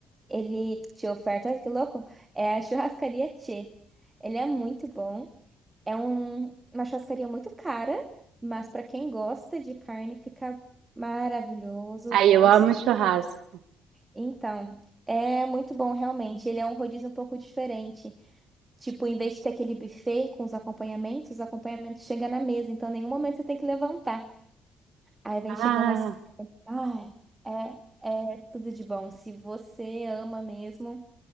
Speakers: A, on the right (about 20°); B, on the right (about 80°).
A: Ele, Tio Ofertas, que louco, é a churrascaria Tchê. Ele é muito bom. É um- uma churrascaria muito cara, mas para quem gosta de carne fica maravilhoso.
B: Aí
A: O bolso
B: eu amo churrasco.
A: então, é muito bom realmente. Ele é um rodízio um pouco diferente. Tipo, em vez de ter aquele buffet com os acompanhamentos, os acompanhamentos chegam na mesa, então em nenhum momento você tem que levantar. Aí vem
B: Ah,
A: chegando as. Ai, é, é tudo de bom. Se você ama mesmo,